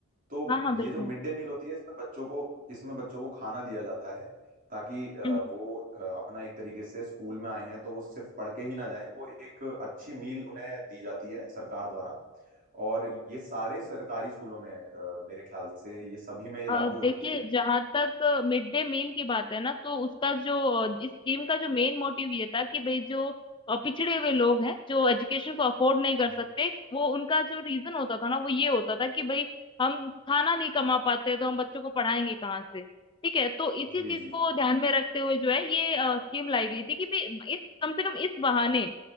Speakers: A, on the right (about 40°); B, on the left (about 25°).
A: तो
B: हाँ हाँ
A: ये
B: बिल्कुल
A: जो मिड डे मील होती है इसमें बच्चों को इसमें बच्चों को खाना दिया जाता है ताकि अ,
B: हम्म
A: वो अ, अपना एक तरीके से स्कूल में आए हैं तो वो सिर्फ पढ़ के ही ना जाएं वो एक अच्छी मील उन्हें दी जाती है सरकार द्वारा और ये सारे सरकारी स्कूलों में अ, मेरे ख्याल से ये सभी में ये
B: अ,
A: लागू हो
B: देखिए
A: रखी है
B: जहाँ तक मिड डे मील की बात है ना तो उसका जो अ, इस स्कीम का जो मेन मोटिव ये था कि भाई जो अ, पिछड़े हुए लोग हैं जो एजुकेशन को अफोर्ड नहीं कर
A: जी
B: सकते वो उनका जो रीजन होता था ना वो ये होता था कि भाई हम खाना नहीं कमा पाते तो हम बच्चों को पढ़ाएंगे कहाँ से ठीक है तो इसी
A: जी
B: चीज
A: जी
B: को
A: जी
B: ध्यान में रखते हुए जो है ये स्कीम लाई गई थी कि भाई इस कम से कम इस बहाने